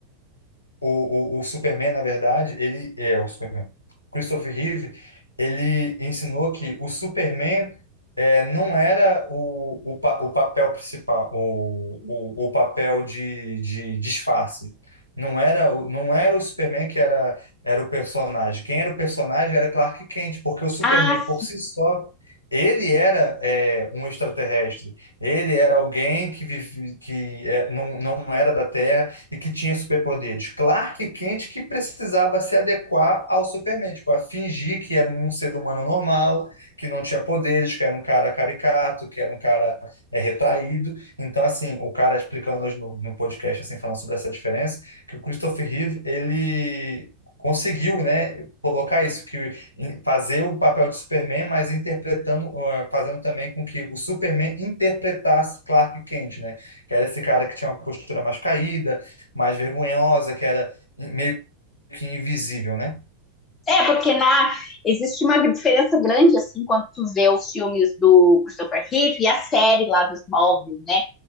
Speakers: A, on the left; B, on the left.
A: o, o, o Superman, na verdade, ele é o Superman. Christopher Reeve, ele ensinou que o Superman é, não era o, o, pa- o papel principal, o, o, o papel de, de disfarce. Não era, o- não era o Superman que era, era o personagem. Quem era o personagem era Clark Kent, porque o Superman
B: Ah,
A: por si só, ele era é, um extraterrestre. Ele era alguém que, vive, que é, não, não era da Terra e que tinha superpoderes. Clark Kent que precisava se adequar ao Superman, tipo, a fingir que era um ser humano normal, que não tinha poderes, que era um cara caricato, que era um cara é, retraído. Então, assim, o cara explicando hoje no, no podcast, assim, falando sobre essa diferença, que o Christopher Reeve, ele conseguiu, né, colocar isso, que em- fazer o papel de Superman, mas interpretando, ah, fazendo também com que o Superman interpretasse Clark Kent, né, que era esse cara que tinha uma postura mais caída, mais vergonhosa, que era meio que invisível, né?
B: É, porque na, existe uma diferença grande, assim, quando tu vê os filmes do Christopher Reeve e a série lá dos móveis, né?